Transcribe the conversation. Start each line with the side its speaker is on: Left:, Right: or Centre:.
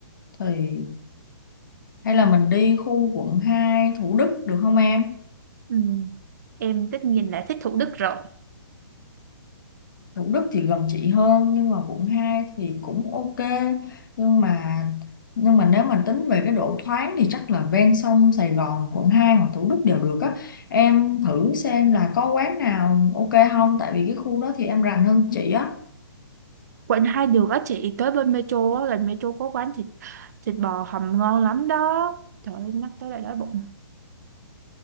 Left: thì hay là mình đi khu quận 2 Thủ Đức được không em
Right: Ừm, em tất nhiên là thích Thủ Đức rồi.
Left: Thủ Đức thì gần chị hơn nhưng mà quận 2 thì cũng ok nhưng mà nhưng mà nếu mà tính về cái độ thoáng thì chắc là ven sông Sài Gòn quận 2 hoặc Thủ Đức đều được á em thử xem là có quán nào ok không tại vì cái khu đó thì em rành hơn chị á
Right: quận hai đường á chị tới bên metro á gần metro có quán thịt thịt bò hầm ngon lắm đó trời ơi nhắc tới lại đói bụng